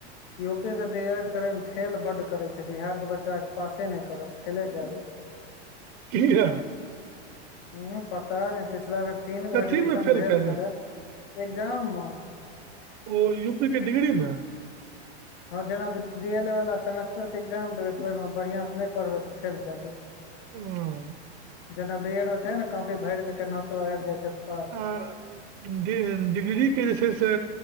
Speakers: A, on the left; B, on the right.
A: यू पी से डी एल एड करे मे फेल बड करे छै बिहार के बच्चा के पासे नहि करत फेले कए देय छै
B: कीया
A: हूँ पता नहि पिछला बेर तीन गो
B: कथी
A: एडमिशन
B: मे फेल
A: भेल
B: कए जाइ
A: छलै
B: छै
A: एग्जाम मे
B: ओ यू पी के डिग्री मे
A: हँ जेना डी एल ए वला सेमेस्टरके एकग्जाम देबै तऽ ओहिमे बढ़िआँसँ नहि पढ़बै तऽ फेल कए दैतै
B: हँ
A: जेना बी एडो मे छै ने कॉफी भर के केनाहितो आबि जाई छैऽ पास
B: ह डि-डिग्रीके जे छै से